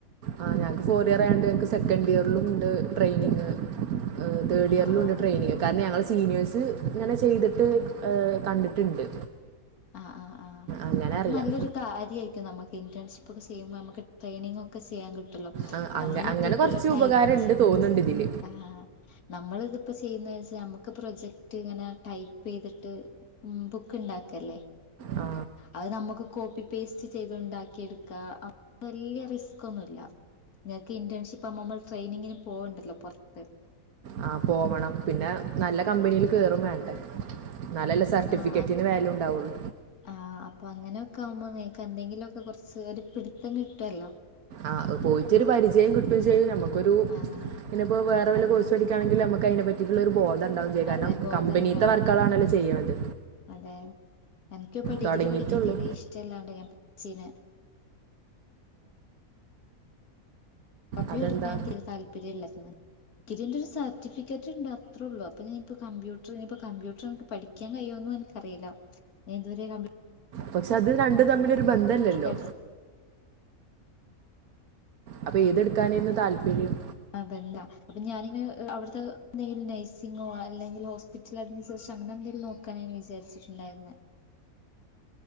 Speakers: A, on the right (about 80°); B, on the left (about 80°).
A: ആ ഞങ്ങക്ക് ഫോർ ഇയർ ആയോണ്ട് ഞക്ക് സെക്കൻ് ഇയർ ുണ്ട് ട്രെയിനിങ് തേഡ്
B: ആഹ്
A: ഇയറിലു'ണ്ട്
B: ആഹ്
A: ട്രൈനിംഗ് കാരണം ഞങ്ങ സീനിയേഴ്സ് ഇങ്ങനെ ചെയ്തിട്ട് കണ്ടിട്ടുണ്ട്
B: ആഹ ആ ആ
A: അങ്ങനെ
B: അത്
A: അറിയാം
B: നല്ലൊരു കാര്യയിരിക്കും നമുക്ക് ഇന്റേൺി്സിപ്പ് ഒക്കെ ചെയുമ്പോ നമുക്ക് ടെയിനിങ്ങ ഒക്കെ ചെയ്യൻ കട്ടും
A: ആ,
B: നമ്മള്
A: അങ്ങ- അങ്ങനെ കുറച്ച്
B: ടൈപ്പ്
A: ഉപകാരം
B: ചെ
A: ഉണ്ട് തോന്നുന്നുണ്ട് ഇതിൽ
B: നമ്മളിപ്പൈപ്പ ആ നമ്മൾിതിപ്പോ ചെയ്യുന്നച്ചാ നമുക്ക് ഒെ പ്രൊജക്റ്റ് ഇങ്ങനെ ടൈപ്പ് ചെയ്തിട്ട് ബുക്ക് ഉണ്ടാക്കല്ലേ
A: ആ
B: അത് നമ്മുക്ക് കോപ്പി പേസ്റ്റ് ചെയ്ത് ഉണ്ടാക്കി എടുക്കാം വലിയ റിസ്ക്ൊന്നുമല്ല നിങ്ങൾക്ക് ഇന്റേൺഷിപ്പ് ആവുമ്പോമ്മൾ ട്രെയിനിങ്ങിന് പോവണ്ടല്ലോ പുൊറത്ത്
A: ആ, പോവണം പിന്നെ നല്ല കമ്പനിയിൽ കയറും വേണ്ടേ എന്നാലല്ലേ സർട്ടിഫിക്കറ്റിന്
B: ആഹ
A: വാല്യൂ ഉണ്ടാവുള്ളൂ
B: ആഹ അപ്പൊ അങ്ങനെെ ഒക്കെ ആുമ്പോ നിക്ക എന്തെങ്കിലുമ ഒക്കെ കുറച്ച് ഒരു പിടിത്തം കിട്ടുമല്ലോ
A: ആഹ് പോയിട്ടൊരു പരിചയം കിട്ടുകയും ചെയ്യും നമ്മുക്ക് നമൊ ഒരു
B: ആഹ്
A: ഇനിപ്പോ വേറെ വില
B: അതെ
A: കോഴ്സ് പടിക്കാണെങ്കിൽ നമുക്ക് അതിനെ പറ്റിുള്ള ഒരു ബോധം ഉണ്ടാവും ചെയ്യാം കാരണം
B: അതെ ബോധം
A: കമ്പനീത്തെ
B: ഉണ്ടാവും
A: വർക്കാൾാണല്ലോ ചെയ്യുന്നത്
B: അതെ എനിക്കിപ്പോ ഡിഗ്രി
A: തുടങ്ങിട്ടുള്ളു
B: പഠിക്കാൻ തീരെ ഇഷ്ടമല്ലാണ്ട് ഞാൻ പഠിച്ചീനെ കബി
A: അതെന്താ
B: എടുക്കാ എനിക്ക താല്പര്യം ഇല്ലന്ന് ഇിറെ ഒരു സർട്ടിഫിക്കറ്റ് ഉണ്ട് അത്രേുള്ളള്ള അപ്പ ഞാനിപ്പോ കമ്പ്യൂട്ടർ ഇനിപ്പ കമ്പ്യൂട്ടർ എനിക്ക് പഠിക്കാൻ കഴിയോൊന്നും എനിക്കറിയില്ല ഞാൻ ഇതുവരെ ക
A: പക്ഷെ അത് രണ്ട തമ്മിൽ ബന്ധല്ലല്ലോ
B: പഠിച്ച
A: അപ്പൊ ഏതെടുക്കാനന്ന് താല്പര്യം
B: ആ ബന്താ അപ്പൊ ഞാാനിങ്ങെ അവിടു എന്തെങ്കിലും നഴ്സിങ്ങോ അല്ലെങ്കിൽ ഹോസ്പിറ്റല അട ശേഷ അങ്ങനെ എന്തെങ്കിലും നോക്കാൻ വിചാരിച്ചിട്ടുണ്ടായിരുന്ന